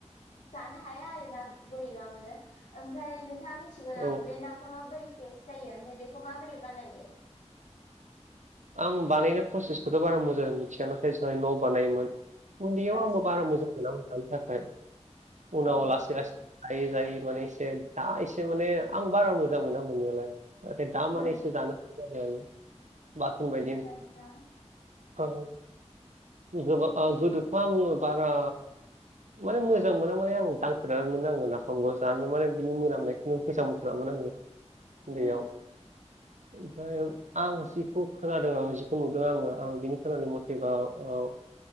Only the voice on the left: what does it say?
जानो हाया आरो ना बोरैबा मोनो ओमफ्राय नोंथाङा मि थिगौ नामा
बे नाफामा माबोरै टेस्ट जायो ओमफ्राय बेखौ माबोरै बानायो
आतसा
औ
होम
आतसा
होम